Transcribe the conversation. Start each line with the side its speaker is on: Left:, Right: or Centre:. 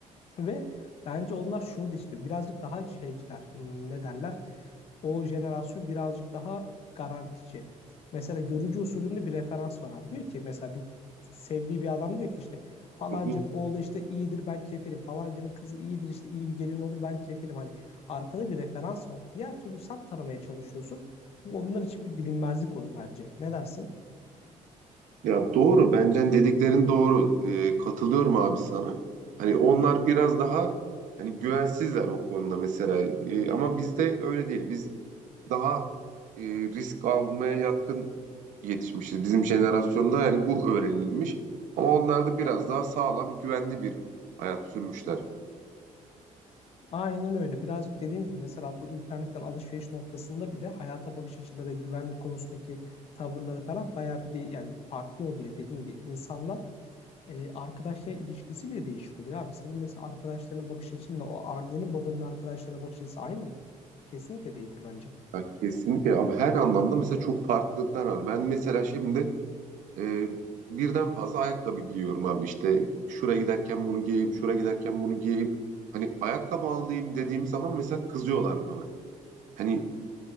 Left: Ve bence onlar şunu da istiyor. Birazcık daha şeyciler. Hmm, Ne derler? O jenerasyon birazcık daha garantici. Mesela görücü usulünde bir referans var abi. Diyor ki mesela bir sevdiği bir adam diyor ki işte falancının
Right: Hı hı.
Left: oğlu işte iyidir ben kefilim. Falancının kızı iyidir işte iyi bir gelin olur ben kefilim. Hani arkada bir referans var. Diğer türlü sen tanımaya çalışıyorsun. Bu onlar için bir bilinmezlik oluyor bence. Ne dersin?
Right: Ya doğru, bence dediklerin doğru. Ee, katılıyorum abi sana. Hani onlar biraz daha hani güvensizler o konuda mesela. Ee, ama bizde öyle değil. Biz daha e, risk almaya yatkın yetişmişiz. Bizim jenerasyonda yani bu öğrenilmiş. Ama onlar da biraz daha sağlam, güvenli bir hayat sürmüşler.
Left: Aynen öyle. Birazcık dediğim gibi mesela bu internetten alışveriş noktasında bile hayata bakış açıları, güven konusundaki tavırları falan bayağı bir de yani farklı oluyor. Dediğim gibi insanlar e, arkadaşlar ilişkisi bile değişik oluyor abi. Senin mesela arkadaşlarına bakış açınla o annenin babanın arkadaşlarına bakış açısı aynı mı? Kesinlikle değildir bence.
Right: Ya kesinlikle abi her anlamda mesela çok farklılıklar var. Ben mesela şimdi e, birden fazla ayakkabı giyiyorum abi. işte şuraya giderken bunu giyeyim, şuraya giderken bunu giyeyim. Hani ayakkabı alayım dediğim zaman mesela kızıyorlar bana. Hani